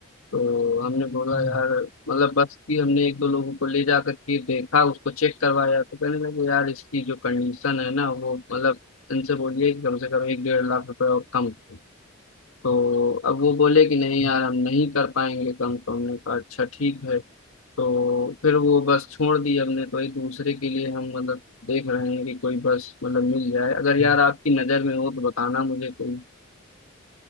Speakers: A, on the left; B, on the left.
A: तो हमने बोला
B: हम्म,
A: यार मतलब बस की हमने एक दो लोगों को ले जा करके देखा उसको चेक करवाया तो कहने लगे यार इसकी जो कंडीशन है ना वो मतलब इनसे बोलिए कि कम से कम एक डेढ़ लाख रुपए और कम करें तो अब वो बोले कि नहीं
B: हम्म,
A: यार हम नहीं कर पाएंगे कम तो हमने कहा अच्छा ठीक है तो फिर वो बस छोड़ दी हमने तो एक दूसरे के लिए हम मतलब देख रहे हैं कि कोई बस मतलब मिल जाए अगर यार
B: हम्म।
A: आपकी नज़र में हो तो बताना मुझे कोई